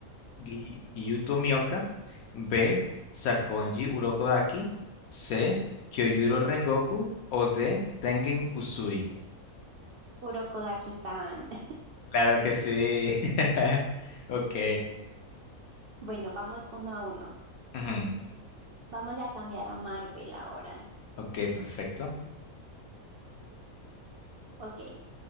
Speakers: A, on the left; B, on the right.
A: Gi- Gyuto Mioka. B. Sakonji Urokodaki. C. Kyojuro Rengoku. O D. Tengen Uzui.
B: Kurokodaki-san. <laughs>
A: Claro que sí. <laughs> Ok.
B: Bueno, vamos uno a uno.
A: Ujú.
B: Vamos a cambiar a Marvel ahora.
A: Ok, perfecto.
B: Ok.